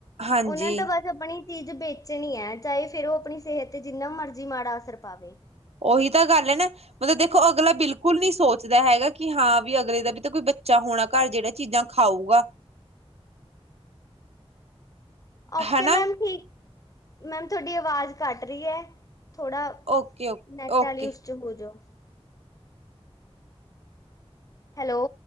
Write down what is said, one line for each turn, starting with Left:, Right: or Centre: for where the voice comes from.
Right: ਹਾਂਜੀ
Left: ਉਹਨਾਂ ਤੋਂ ਬਸ ਬਣੀ ਚੀਜ਼ ਵੇਚਣੀ ਹੈ ਚਾਹੇ ਫਿਰ ਉਹ ਆਪਣੀ ਸਿਹਤ ਤੇ ਜਿੰਨਾ ਮਰਜ਼ੀ ਮਾੜਾ ਅਸਰ ਪਾਵੇ
Right: ਉਹੀ ਤਾਂ ਗੱਲ ਹੈ ਨਾ ਮਤਲੱਬ ਦੇਖੋ ਅਗਲਾ ਬਿਲਕੁੱਲ ਨਹੀਂ ਸੋਚਦਾ ਹੈਗਾ ਕਿ ਹਾਂ ਵੀ ਅਗਲੇ ਦਾ ਵੀ ਤਾਂ ਕੋਈ ਬੱਚਾ ਹੋਣਾ ਘਰ ਜਿਹੜਾ ਚੀਜ਼ਾਂ ਖਾਊਗਾ
Left: ਓਕੇ
Right: ਹਨਾ
Left: ਮੈਂਮ ਠੀਕ ਮੈਂਮ ਤੁਹਾਡੀ ਆਵਾਜ਼ ਕੱਟ ਰਹੀ ਹੈ ਥੋੜਾ
Right: ਓਕੇ ਓਕੇ
Left: ਨੈਟ
Right: ਓਕੇ।
Left: ਆਲੇ ਉਸ ਚ ਹੋ ਜਾਓ ਹੈਲੋ